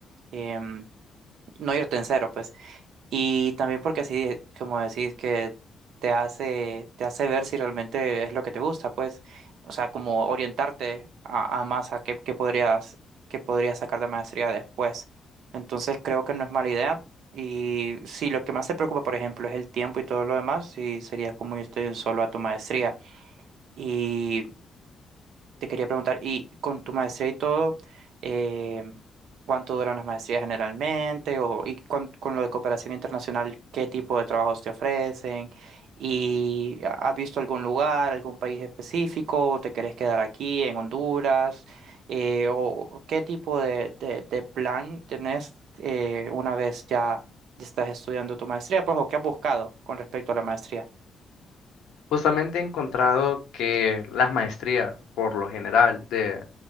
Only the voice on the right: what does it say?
em, no irte en cero, pues. Y también porque así, como decís, que te hace, te hace ver si realmente es lo que te gusta, pues. O sea, como orientarte a, a más a qué, qué podrías, qué podrías sacar de maestría después. Entonces creo que no es mala idea. Y si lo que más te preocupa, por ejemplo, es el tiempo y todo lo demás, sí sería como irte de un solo a tu maestría. Y te quería preguntar, y con tu maestría y todo, eh, ¿cuánto duran las maestrías generalmente? O, y con, con lo de cooperación internacional, ¿qué tipo de trabajos te ofrecen? ¿Y ha- has visto algún lugar, algún país específico? ¿O te querés quedar aquí en Honduras? Eh, ¿o qué tipo de, de- de plan tenés eh, una vez ya estás estudiando tu maestría? Pues, ¿o qué has buscado con respecto a la maestría?